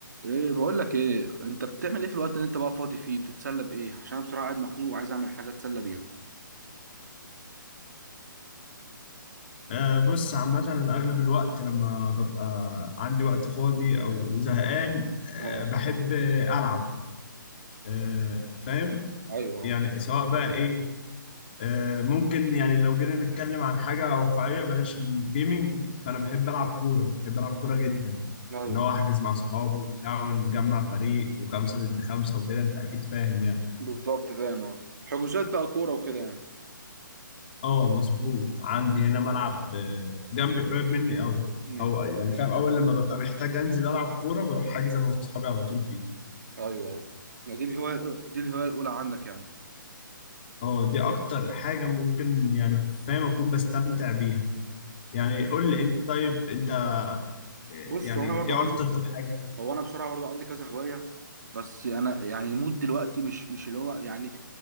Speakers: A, on the right (about 55°); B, on the left (about 30°).
A: ايه بقول لك ايه انت بتعمل ايه في الوقت اللي انت بقى فاضي فيه بتتسلى بايه عشان انا بصراحه قاعد مخنوق وعايز اعمل حاجه اتسلى بيها
B: أه بص عامة أنا أغلب الوقت لما ببقى عندي وقت فاضي أو زهقان أه
A: اه
B: بحب ألعب أه فاهم
A: ايوه
B: يعني سواء بقى إيه أه ممكن يعني لو جينا نتكلم عن حاجة واقعية بلاش الجيمينج فأنا بحب ألعب كورة بحب ألعب كورة جدا
A: ايوه
B: إن هو أحجز مع صحابي وبتاع ونجمع فريق وخمسة ضد خمسة وكده أنت أكيد فاهم يعني
A: بالظبط فاهم اه حجوزات بقى كوره وكده يعني
B: اه مظبوط عندي هنا ملعب آه، جنبي قريب مني قوي
A: امم
B: او يعني فاهم اول لما ببقى محتاج انزل العب كوره بروح حاجز انا واصحابي على طول فيه
A: ايوه ايوه ما دي الهوايه دي الهوايه الاولى عندك يعني
B: اه دي اكتر حاجه ممكن يعني فاهم اكون بستمتع بيها يعني قول لي انت طيب انت آه،
A: بص
B: يعني
A: هو انا برضو
B: ايه
A: عندي
B: اكتر طب حاجه
A: هو انا بصراحه برضو عندي كذا هوايه بس انا يعني المود دلوقتي مش مش اللي هو يعني